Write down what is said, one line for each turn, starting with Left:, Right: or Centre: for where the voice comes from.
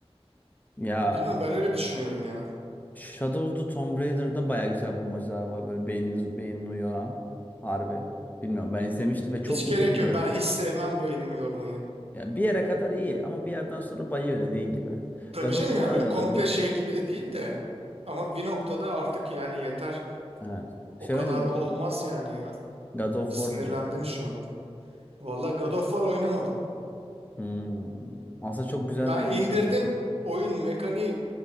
Left: Ya
Right: Bilmiyorum ben öyle düşünüyorum ya.
Left: Shadow of the Tomb Raider'da baya güzel bulmacalar var böyle beyniniz beynini uyaran harbi. Bilmiyorum ben izlemiştim ve çok
Right: Hiç gerek
Left: uzun
Right: yok.
Left: bir oyun.
Right: Ben hiç sevmem beynimi yormayı.
Left: Ya bir yere kadar iyi ama bir yerden sonra bayıyor dediğin gibi.
Right: Tabii
Left: God
Right: canım
Left: of War
Right: ya
Left: oynadın
Right: öyle komple
Left: mı?
Right: şey gibi de değil de. Ama bir noktada artık yani yeter.
Left: Evet. Şey
Right: O kadar
Left: oynadın
Right: da olmaz
Left: mı?
Right: yani ya.
Left: God of
Right: Sinirlendim
Left: War oynadın.
Right: şu an. Vallahi God of War oynamadım.
Left: Hmm. Aslında çok güzel
Right: Ben
Left: bir oyun
Right: indirdim.
Left: serisi.
Right: Oyun mekaniği